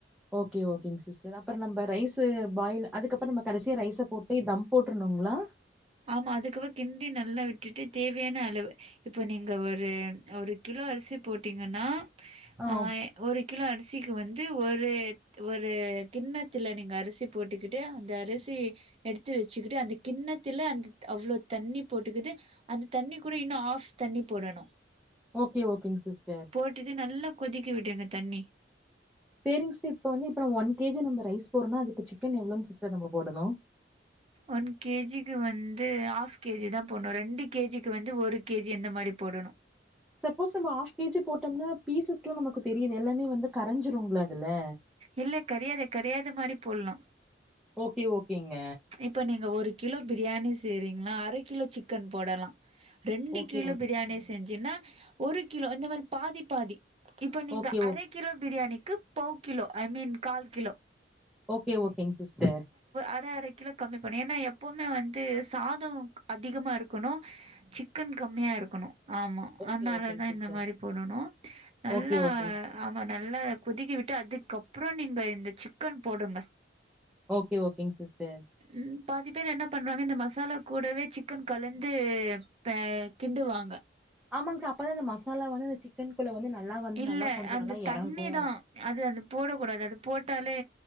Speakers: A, in the centre; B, on the right.
A: ஓகே ஓகேங்க சிஸ்டர் அப்றோ நம்ப ரைஸு பாயில் அதுக்கப்பறோ நம்ம கடைசியா ரைஸ போட்டு தம் போட்ருந்தோங்ளா
B: ஆமா அதுக்கப்றோ கிண்டி நல்லா விட்டுட்டு தேவையான அளவு இப்ப நீங்க ஒரு ஒரு கிலோ அரிசி போட்டீங்கன்னா
A: ஆ
B: அ ஒரு கிலோ அரிசிக்கு வந்து ஒரு ஒரு கிண்ணத்துல நீங்க அரிசி போட்டுக்கிட்டு அந்த அரிசி எடுத்து வச்சுக்கிட்டு அந்த கிண்ணத் துல அந்த அவ்ளோ தண்ணி போட்டுக்குது அந்த தண்ணி கூட இன்னு ஆஃப் தண்ணி போடணு
A: ஓகே ஓகேங்க சிஸ்டர்
B: போட்டுட்டு நல்லா கொதிக்கி விடுங்க தண்ணி
A: சேரிங்க சிஸ்டர் இப்ப வந்துப்புறம் தெரிஞ்சுட்டு இப்ப வந்து இப்ப நம்ம ஒன் கேஜி நம்ம ரைஸ் போடுறோன்னா னா அதுக்கு சிக்கன் எவ்ளோங்க சிஸ்டர் நம்ம போடணு
B: ஒன் கேஜிக்கு வந்து ஹாஃப் கேஜி தா போட்ணு ரெண்டு கேஜிக்கு வந்து ஒரு கேஜி இந்த மாரி போடணு
A: சப்போஸ் நம்ம ஆஃப் கேஜி போட்டோம்னா பீசஸ்லா நமக்கு தெரியுது எல்லாமே வந்து கரஞ்சுரும்ல அதுல
B: இல்ல கரையாது கரையாத மாரி போட்லா
A: ஓகே ஓகேங்க
B: இப்ப நீங்க ஒரு கிலோ பிரியாணி செய்றீங்கன்னா அர கிலோ சிக்கன் போடலா ரெண்டு
A: ஓகே
B: கிலோ
A: ஓ
B: பிரியாணி செஞ்சின்னா ஒரு கிலோ இந்த மாரி பாதி பாதி இப்ப நீங்க
A: ஓகே ஓ
B: அரை கிலோ பிரியாணிக்கு போக் கிலோ ஐ மீன் கால் கிலோ
A: ஓகே ஓகேங்க சிஸ்டர்
B: அர அர கிலோ கம்மி பண்ணனு ஏன்னா எப்பவுமே வந்து சாதோ அதிகமா இருக்கணு சிக் க்கன் கம்மியா இருக்கணு ஆமா
A: ஓகே
B: அதுனால
A: ஓகேங்
B: தா
A: சிஸ்டர்
B: இந்த மாரி போடணு நல்லா
A: ஓகே ஓகேங்
B: ஆமா நல்லா கொதிக்கிவிட்டு அதுக்கப்றோ நீங்க இந்த சிக்கன் போடுங்க
A: ஓகே ஓகேங்க சிஸ்டர்
B: ம் ம் பாதி பேர் என்ன பண்றாங்க இந்த மசாலா கூடவே சிக்கன் கலந்து ப்ப கிண்டுவாங்க
A: ஆமாங்க்கா அப்பதா இந்த மசாலா வந்து இந்த சிக்கன் குள்ள வந்து நல்லா வந்து
B: இல்ல
A: நல்லா கொஞ்சோ
B: அந்த
A: நல்லா
B: தண்ணி
A: எறங்கு
B: தா அது அது போடக்கூடாது அது போட்டாலே